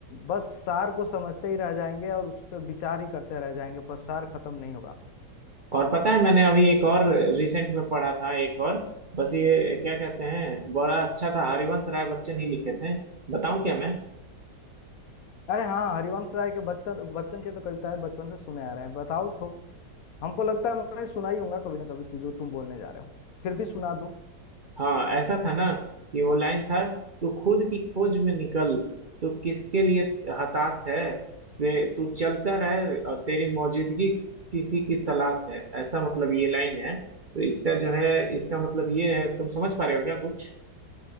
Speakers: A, on the left; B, on the right.
A: बस सार को समझते ही रह जाएंगे और उस पर विचार ही करते रह जाएंगे पर सार खत्म नहीं होगा
B: और पता है मैंने अभी एक और रिसेंट में पढ़ा था एक और बस ये क्या कहते हैं बड़ा अच्छा था हरिवंश राय बच्चन ही लिखे थे बताऊं क्या मैं
A: अरे हाँ हरिवंश राय के बच्चन बच्चन के तो कविताएं बचपन से सुने आ रहे हैं बताओ तो हमको लगता है मैं सुना ही होगा कभी ना कभी तू जो तुम बोलने जा रहे हो फिर भी सुना दूं
B: हाँ ऐसा था ना कि वो लाइन था तू खुद की खोज में निकल तू किसके लिए हताश है ते- तू चलता रहे और तेरी मौजूदगी किसी की तलाश है ऐसा मतलब ये लाइन है तो इसका जो है इसका मतलब ये है तुम समझ पा रहे हो क्या कुछ